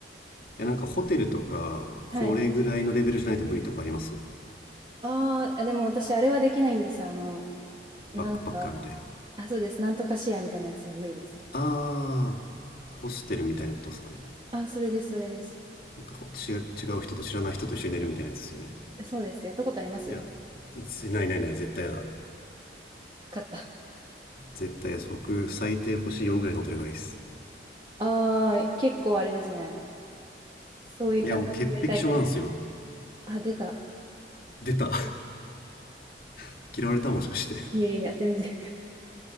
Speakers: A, on the left; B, on the right.
A: いやなんかホテルとかこれぐらいのレベルじゃないと無理とかあります
B: はい。ああ、でも私、あれはできないんですよ。あの、なんか、
A: バックパッカーみたいな
B: あ、そうです。なんとかシェアみたいなやつは無理です。
A: あーホステルみたいなことですかね
B: あ、それです、それです。
A: なんかほ違う違う人と知らない人と一緒に寝るみたいなやつですよね
B: そうです。やったことありますよ
A: いやないないない絶対やだ
B: かった。
A: 絶対です僕最低星4ぐらいのってるがいいです
B: ああ、結構あれですね。そういう感じで決めるタイプです。
A: いや僕潔癖症なんですよ
B: あ、出た。
A: 出た <laughs> 嫌われたもしかして
B: いやいや、全然。